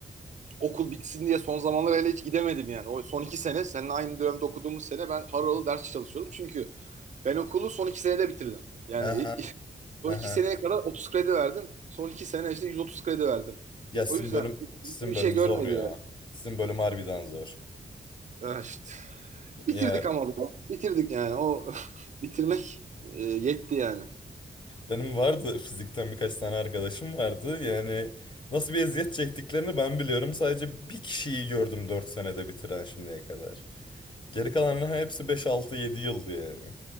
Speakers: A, on the right (about 45°); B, on the left (about 30°).
A: okul bitsin diye son zamanlar hele hiç gidemedim yani. O son iki sene seninle aynı dönemde okuduğumuz sene ben harıl harıl ders çalışıyordum. Çünkü Ben okulu son iki senede bitirdim. Yani
B: Hı hı
A: <laughs> son
B: hı.
A: iki
B: hı.
A: seneye kadar 30 kredi verdim. Son iki sene işte 130 kredi verdim.
B: Ya sizin
A: O yüzden
B: bölüm sizin
A: bir
B: bölüm
A: şey görmedi
B: zor ya.
A: yani.
B: Sizin bölüm harbiden zor.
A: Ah işte. Bitirdik
B: Ya
A: ama bu. Bitirdik yani. O <laughs> bitirmek e, yetti yani.
B: Benim vardı fizikten birkaç tane arkadaşım vardı. Yani nasıl bir eziyet çektiklerini ben biliyorum. Sadece bir kişiyi gördüm 4 senede bitiren şimdiye kadar. Geri kalanların hepsi beş altı yedi yıldı yani.